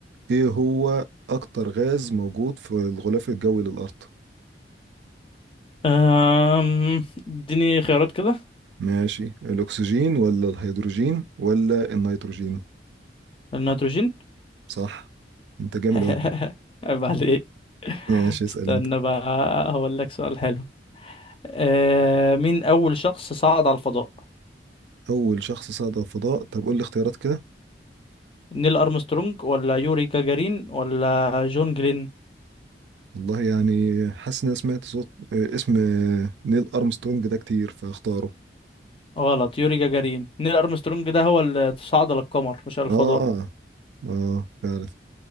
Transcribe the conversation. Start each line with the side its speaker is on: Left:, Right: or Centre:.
Right: ايه هو اكتر غاز موجود في الغلاف الجوي للارض
Left: أم، اديني خيارات كده
Right: ماشي الاكسجين ولا الهيدروجين ولا النيتروجين
Left: النيتروجين
Right: صح انت جامد
Left: <laughs>
Right: اوي
Left: عيب عليك
Right: ماشي اسأل
Left: استنى
Right: انت
Left: بقى هقول لك سؤال حلو أه مين أول شخص صعد على الفضاء
Right: اول شخص صعد على الفضاء طب قول لي اختيارات كده
Left: نيل أرمسترونج ولا يوري جاجارين ولا جون جلين
Right: والله يعني حاسس ان انا سمعت صوت اه، اسم آه، نيل ارمسترونج ده كتير فاختاره
Left: غلط يوري جاجارين نيل أرمسترونج ده هو اللي صعد للقمر مش على الفضاء
Right: اه اه فعلا